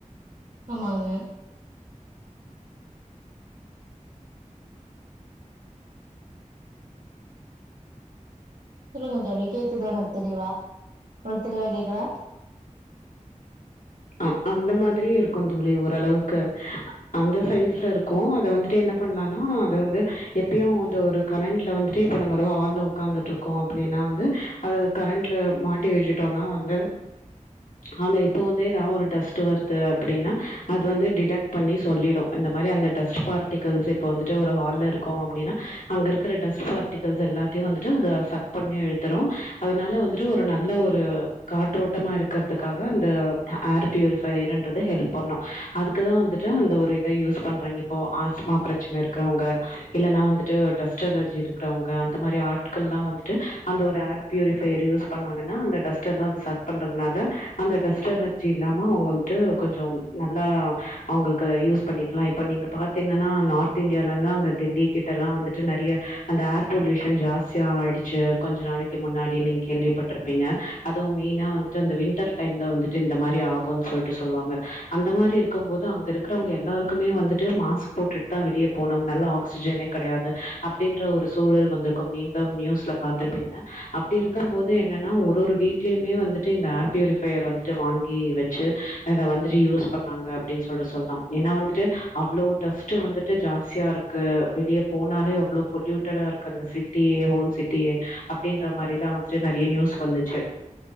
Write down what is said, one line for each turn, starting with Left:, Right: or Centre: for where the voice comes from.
Right: ஆமாங்க சொல்லுங்க தோழி கேக்குது எனக்கு தெளிவா உங்ளுக்கு தெளிவா கேக்குதா
Left: ஆ அந்த மாத்ரியு இருக்குந்தோழி ஓரளவுக்கு அந்த சைஸ்ல இருக் கு அத வந்துட்டு என்ன பண்லனா அது வந்து எப்பயு இந்த ஒரு கரண்ட்ல வந்துட்டு இப்ப நம்ம ஒரு ஹால்ல உக்காந்துட்டு இருக் கொ அப்டின்னா வந்து அது கரண்ட்ல மாட்டி வச்சுட்டோனா வந்து ஆம்பே இப்போ வந்தே ஏதாவ் ஒரு டஸ்ட் வர்து அப்டின்னா அது வந்து டிடெக்ட் பண்ணி சொல்லிடு இந்த மாரி அந்த டஸ்ட் பார்டிகல்ஸ் இப்ப வந்துட்டு ஒரு ஹால்ல இருக்கோ அப்டின்னா அங்க இருக்ற டஸ்ட் பார்ட்டிகல்ஸ் எல்லாத்தயு வந்துட்டு அது சக் பண்ணி இழுத்துறோ அதனால வந்துட்டு ஒரு நல்ல ஒரு காற்றோட்டமா இருக்றதுக்காக அந்த அ அர் ப்யூரிஃபயர்ன்றது ஹெல்ப் பண்ணு அதுக்குதா வந்துட்டு அந்த ஒரு இத யூஸ் பண்றாய்ங்க இப்போ ஆஸ்மா பிரச்சன இருக்றவங்க இல்லன்னா வந்துட்டு டஸ்ட் அலர்ஜி இருக்றவங்க அந்த மாரி ஆட்கள்ல்லா வந்துட்டு அந்த ஒரு அர் ப்யூரி ஃபையர் யூஸ் பண்ணாங்கன்னா அந்த டஸ்ட் எல்லா அது சக் பண்றதுனால அந்த டஸ்ட் அலர் ஜி இல்லாம அவங்க வந்த்ட்டு கொஞ்சொ நல்லா அவங்களுக்கு யூஸ் பண்ணிக்லா இப்ப நீங்க பாத் திங்கனா நார்த் இந்தியாலல்லா அங்க டெல்லிக்கிட்டலா வந்துட்டு நறிய அண்ட் ஏர் பொல்யூஷன் ஜாஸ்தியா ஆய்டுச்சு கொஞ்ச நாளைக்கு முன்னாடி நீங் கேள்விப்பட்ருப்பீங்க அதுவு மெயினா வந்துட்டு அந்த வின்டர் டைம்ல வந்துட்டு இந்த மாரி ரி ஆகுனு சொல்ட்டு சொல்வாங்க அந்த மாரி இருக்கம்போது அங்க இருக்குறவ்ங்க எல்லாருக்குமே வந்துட்டு மாஸ்க் போட்டுட்தா வெளிய போனு நல்ல ஆக்சிஜனே கடையாது அப்டின்ற ஒரு சூழல் வந்துருக்கு நீங்ளம் நியூஸ்ல பா்த்துருப்பீங்க அப்டி இருக்கம்போது என்னனா ஒரு ஒரு வீட்லயுமே வந்துட்டு இந்த ஏர் பியூரிஃபையர் வந்துட்டு வாங் கி வெச்சு அத வந்துட்டு யூஸ் பண்ணாங்க அப்டின் சொல்ட்டு சொல்லா ஏனா வந்துட்டு அவ்ளோ டஃப்ட்டு வந்துட்டு ஜாஸ்தியா இருக்கு வெளிய போனாலே அவ்ளோ பொல்யூட்டடா இருக்கு கந்த சிட்டியே ஹோல் சிட்டியே அப்டின்ற மாரிலா வந்துட்டு நறிய நியூஸ் வந்துச்சு